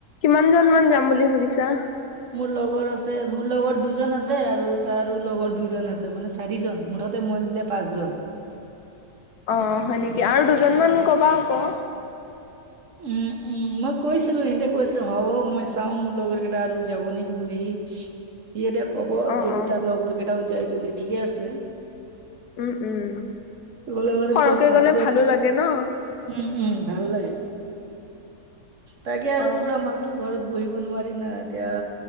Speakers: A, on the left; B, on the right.
A: কিমান জন মান যাম বুলি ভাবিছা?
B: মোৰ লগৰ আছে, মোৰ লগৰ দুজন আছে আৰু তাৰো লগৰ দুজন আছে, মানে চাৰিজন, মুঠতে মই মিলাই পাঁচজন।
A: অ, হয় নেকি, আৰু দুজনমান ক'বা আকৌ।
B: উম, উম, মই কৈছিলো, সিহতে কৈছো হ'ব মই চাও, মোৰ লগৰ কেইটা এআৰু যাব নেকি বুলি হি, সি এতিয়া ক'ব,
A: অ
B: যদি
A: অ
B: তাৰ লগৰ কেইটাও যায় যদি ঠিকে আছে।
A: উম, উম,
B: গ'লে বাৰু
A: সৰকে
B: ছয় সাতজন
A: গ'লে ভালো লাগে ন!
B: উম, উম, ভাল লাগে। তাকে আৰু
A: অ
B: পুৰা মাহটো ঘৰত বহিব নোৱাৰি না, এতিয়া